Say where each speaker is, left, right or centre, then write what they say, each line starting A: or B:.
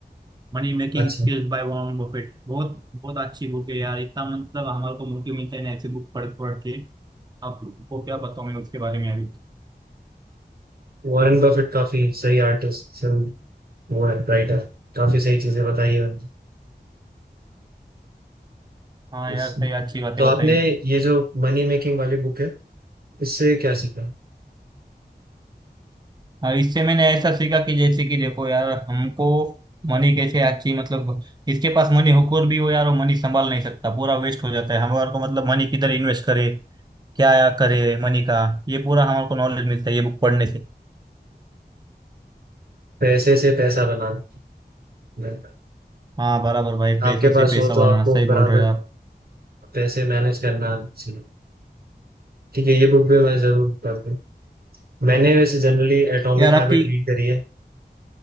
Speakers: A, on the right; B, on the right.
A: Money making
B: अच्छा
A: skills by Warren Buffett बहुत बहुत अच्छी बुक है यार इतना मतलब हमारे को मोटिव मिलता है ना ऐसी बुक पढ़ पढ़ के आपको क्या बताऊं मैं उसके बारे में अभी
B: वॉरेन बफेट काफी सही आर्टिस्ट वो है राइटर काफी सही चीजें बताई है
A: हाँ
B: उन्होंने।
A: यार सही अच्छी बातें
B: तो आपने
A: बताई
B: ये जो मनी मेकिंग वाली बुक है इससे क्या सीखा
A: हाँ, इससे मैंने ऐसा सीखा कि जैसे कि देखो यार हमको मनी कैसे अच्छी मतलब इसके पास मनी हुकूर भी हो यार वो मनी संभाल नहीं सकता पूरा वेस्ट हो जाता है हमारे को मतलब मनी किधर इन्वेस्ट करे क्या करे मनी का ये पूरा हमारे को नॉलेज मिलता है ये बुक पढ़ने से
B: पैसे से पैसा बनाना नहीं।
A: हाँ बराबर भाई पैसों
B: आपके
A: से
B: पास
A: पैसा
B: हो तो
A: बनाना
B: आपको
A: सही बोल
B: बराबर
A: रहे हो आप
B: पैसे मैनेज करना आना सीखो ठीक है ये बुक भी मैं जरूर पढ़ूंगी मैंने वैसे जनरली एटॉमिक
A: यार
B: हैबिट
A: आपकी
B: रीड करी है